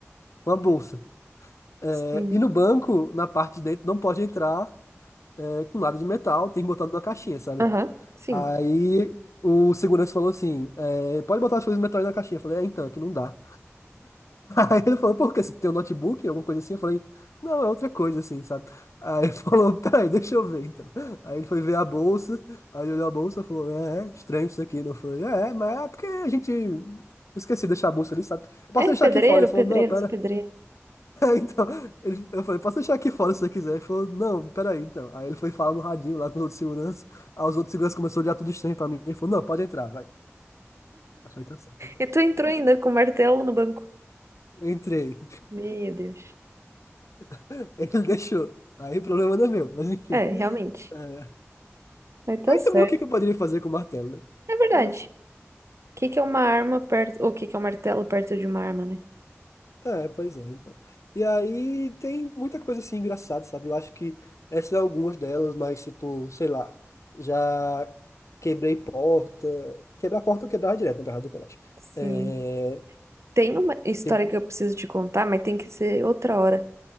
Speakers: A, on the left (about 80°); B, on the right (about 70°).
A: uma bolsa. É,
B: Sim.
A: e no banco, na parte de dentro, não pode entrar é, com nada de metal, tem que botar numa caixinha, sabe?
B: Aham, sim.
A: Aí o segurança falou assim: é, pode botar as coisas de metal aí na caixinha. Eu falei: é, então, aqui não dá. Aí ele falou, por quê? Você tem um notebook, alguma coisa assim? Eu falei, não, é outra coisa assim, sabe? Aí ele <laughs> falou, peraí, deixa eu ver então. Aí ele foi ver a bolsa, aí ele olhou a bolsa e falou, é, é estranho isso aqui. Eu falei, é, mas é porque a gente Eu esqueci de deixar a bolsa ali, sabe? Eu posso
B: É,
A: deixar
B: pedreiro,
A: aqui fora. Ele falou,
B: pedreiro,
A: não, pera.
B: sou pedreiro.
A: <laughs> Então, ele- eu falei, posso deixar aqui fora se você quiser. Ele falou, não, pera aí então. Aí ele foi falar no radinho lá com os outros seguranças, aí os outros seguranças começaram a olhar tudo estranho pra mim. Ele falou, não, pode entrar, vai. Eu falei, tá certo então.
B: E tu entrou ainda com martelo no banco.
A: Entrei.
B: Meu Deus.
A: <laughs> Ele deixou. Aí o problema não é meu, mas enfim.
B: É, realmente.
A: É.
B: Mas tá
A: Aí
B: certo.
A: também o que que eu poderia fazer com o martelo, né?
B: É verdade.
A: Eu não sei.
B: O que que é uma arma perto. o que que é um martelo perto de uma arma, né?
A: É, pois é, então. E aí tem muita coisa assim engraçada, sabe? Eu acho que essas são algumas delas, mas tipo, sei lá, já quebrei porta. Quebrar a porta eu quebrava direto, na verdade, do colégio.
B: Sim.
A: É...
B: Tem uma história
A: quebrei-
B: que eu preciso te contar, mas tem que ser outra hora.